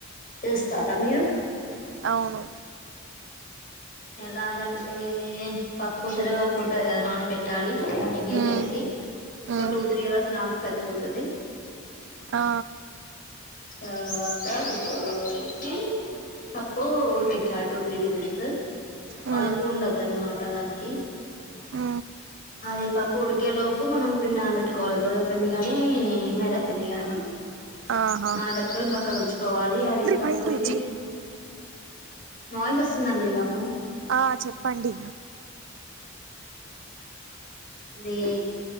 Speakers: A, on the left (about 40°); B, on the right (about 60°).
A: చేస్తారా మీరు
B: అవును
A: ఎలాగంటే పప్పు సెనగపప్పు ఉంటది కదా నానపెట్టాలి మార్నింగే
B: మ్మ్
A: లేసి ఒక
B: మ్మ్
A: టూ త్రీ అవర్స్ నాంతే సరిపోతది
B: ఆ
A: తర్వాత కుక్కర్ లో వేసి పప్పు ఉడికించా టూ త్రీ విజిల్స్
B: మ్మ్
A: పలుకు ఉండద్దున్నమా ట దానికి
B: ఆ
A: అది పప్పు ఉడికేలోపు మనం పిండి నానబెట్టుకోవాలి గోధుమ పిండి గాని మైదాపిండి గాని
B: ఆ
A: నానబట్టుకొని పక్క ఉంచుకోవాలి అది తప్పు
B: పైంటోయ్
A: తీసి
B: చెయ్
A: నాలెడ్జ్ వస్తుందండి నాకు
B: ఆ చెప్పండి
A: అది